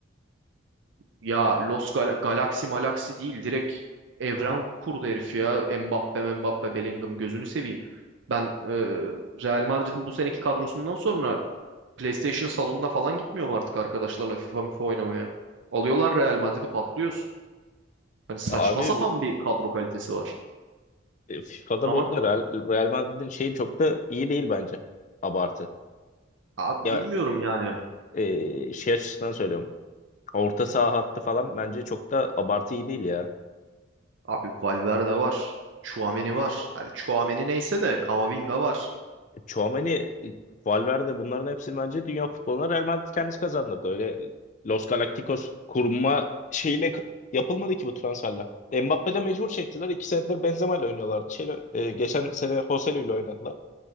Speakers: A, on the right; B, on the left.
A: Ya Los Gal Galaxy Malaxy değil direkt evren kurdu herif ya. Mbappe Mbappe Bellingham gözünü seveyim. Ben e, Real Madrid'in bu seneki kadrosundan sonra PlayStation salonuna falan gitmiyorum artık arkadaşlarla FIFA MIFA oynamaya. Alıyorlar Real Madrid'i patlıyoruz. Hani saçma
B: abi
A: sapan bir kadro kalitesi var.
B: e, FIFA'da
A: Ama
B: bu arada Real, Real Madrid'in şeyi çok da iyi değil bence. Abartı.
A: abi
B: Ya
A: bilmiyorum yani.
B: e, şey açısından söylüyorum. Orta saha hattı falan bence çok da abartı iyi değil ya.
A: Abi Valverde var. Chouameni var. Hadi Chouameni neyse de Camavinga var.
B: Tchouaméni, Valverde bunların hepsini bence dünya futboluna Real Madrid kendisi kazandırdı. Öyle Los Galacticos kurma şeyiyle k- yapılmadı ki bu transferler. Mbappe de mecbur çektiler. İki senedir Benzema ile oynuyorlardı. Şeyle, e, geçen sene Joselu ile oynadılar.